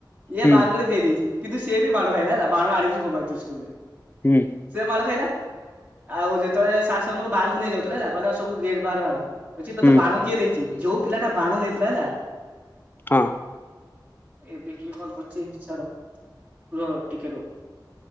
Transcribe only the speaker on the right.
ଇଏ
ବାହାର କରି ଦେଇଦେଇଛି। କିନ୍ତୁ ସିଏ ବି ମାଡ ଖାଇଲା ହେଲା, ବାଣ ଆଣିଛୁ କଣ ପାଇଁ ତୁ ସ୍କୁଲରେ?
ସେ ମାଡ଼ ଖାଇଲା। ଆଉ ଯେତେବେଳେ ସାର୍ ସେମାନଙ୍କୁ ବାହାରକୁ ନେଇ ଯାଉଥିଲେ ହେଲା, କହିଲେ ସବୁ ଗେଟ୍ ବାହାରେ ବାହାର। କହୁଛି ତୋତେ
ବାଣ କିଏ ଦେଇଛି? ଯୋଉ ପିଲାଟା ବାଣ ଦେଇଥିଲା ହେଲା।
ଏବେ କିଏ କଲ କରୁଛି, ଛାଡ଼ ରୁହ ଟିକେ ରୁହ।